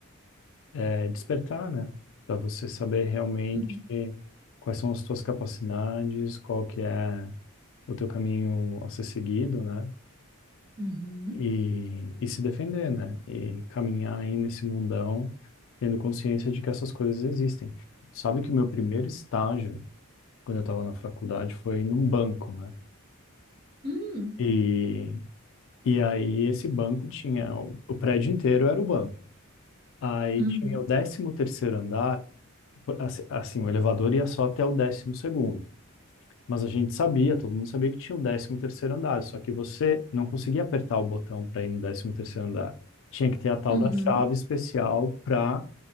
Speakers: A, on the left (about 60°); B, on the right (about 45°).
A: eh, despertar, né? Para você saber realmente
B: uhum,
A: quais são as tuas capacidades, qual que é o teu caminho a ser seguido, né?
B: uhum,
A: E, e se defender, né? E caminhar aí nesse mundão, tendo consciência de que essas coisas existem. Sabe que o meu primeiro estágio, quando eu estava na faculdade, foi num banco, né?
B: uhum,
A: E, e aí esse banco tinha... O o prédio inteiro era o banco. Aí
B: uhum,
A: tinha o décimo terceiro andar, por- assi- assim, o elevador ia só até o décimo segundo. Mas a gente sabia, todo mundo sabia que tinha o décimo terceiro andar, só que você não conseguia apertar o botão para ir no décimo terceiro andar. Tinha que ter a tal
B: uhum,
A: da chave especial para